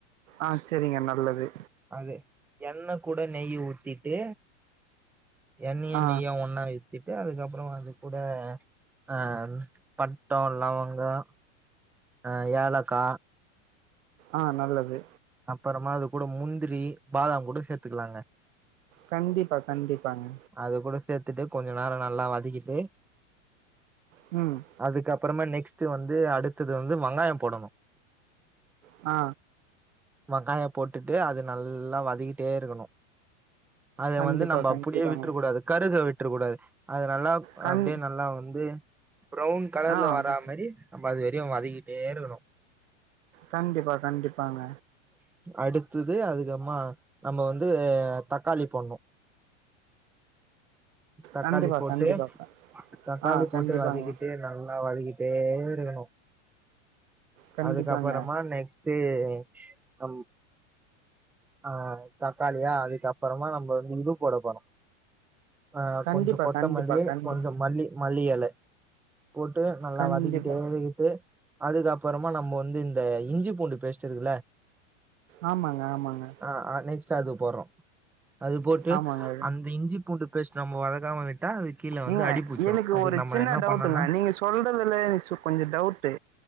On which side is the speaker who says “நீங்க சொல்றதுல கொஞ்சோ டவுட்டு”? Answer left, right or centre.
Right